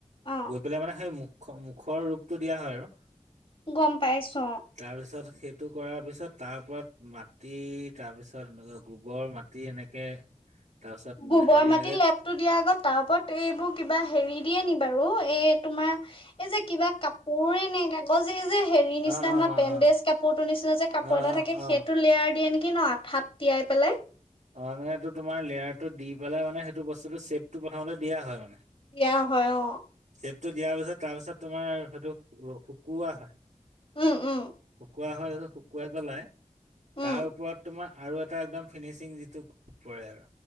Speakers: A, on the left; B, on the right.
A: অ
B: বৈ পেলাই মানে েই মুখ মুখৰ ৰূপটো দিয়া হয় আৰু <inaudible>
A: গম পাইছোঁ।
B: তাৰপিছত সেইটো কৰাৰ পিছত তাৰ ওপৰত মাটি তাৰ পিছত গোবৰ মাটি এনেকে তাৰপিছত
A: গোবৰ
B: হেৰি
A: মাটি
B: এনেকে
A: লেপতটো দিয়া আগত তাৰ ওপৰত এইবোৰ কিবা হেৰি দিয়ে নি বাৰু? এই তোমাৰ এই যে কিবা কাপোৰেই নে কাগজ এই যে হেৰি নিচিনা
B: অ অ
A: আমাৰ
B: অ
A: বেণ্ডেজ
B: অ
A: কাপোৰৰ নিচিনা যে কাপোৰ
B: অ
A: এটা
B: অ
A: থাকে
B: অ
A: সেইটো লেয়াৰ দিয়ে নেকি? কি ন আঠাত তিয়াই পেলাই।
B: অ' মানে এইটো তোমাৰ লেয়াৰটো দি পেলাই মানে সেইটো বস্তুতটো চেপটো প্ৰথমতে দিয়া হয় মানে।
A: দিয়া হয় অ'।
B: লেপটো দিয়াৰ পিছত তাৰপিছত তোমাৰ হয়টো শু কুৱা হয়।
A: উম উম
B: শুকুৱাই হয় আৰু শুকুৱাই পেলাই তাৰ
A: উম
B: ওপৰত তোমাৰ আৰু এটা একম ফিনিচিং দি স পৰে আৰু